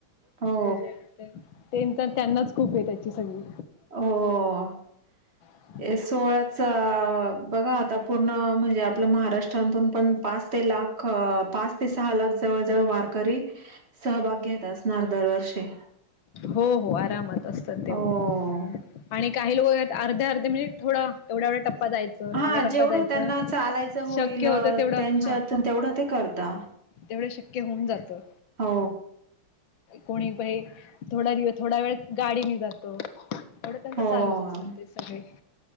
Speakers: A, on the right; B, on the left.
A: हो
B: े ते तर त्यांनाच खूप आहे त्याची सगळी
A: हो
B: हे
A: ए सोळाच बघा आता पूर्ण म्हणजे आपलं महाराष्ट्रांातून पण पाच ते लाख. पाच ते सहा लाख जवळ जवळ वारकरी सहभाग घेत असणार दरवर्षी.
B: हो हो आरामात असतात तेवढी
A: हो
B: आणि काही लोक आहेत अर्ध्या अर्धे म्हणजे थोडं. एवढा एवढा टप्पा दयचं
A: हा
B: एवढा टप्पा
A: जेवढं
B: द्यायचं
A: त्यांना चालायचं होईल
B: शक्य होतं तेवढं
A: त्यांच्यात
B: हा
A: तेवढं ते करता
B: तेवढं शक्य होऊन जातं.
A: हो
B: कोणीही थोडा दिवस थोडा वेळ गाडीने जातो एवढ त्यांंत
A: हो
B: चालूच असतात ते सगळे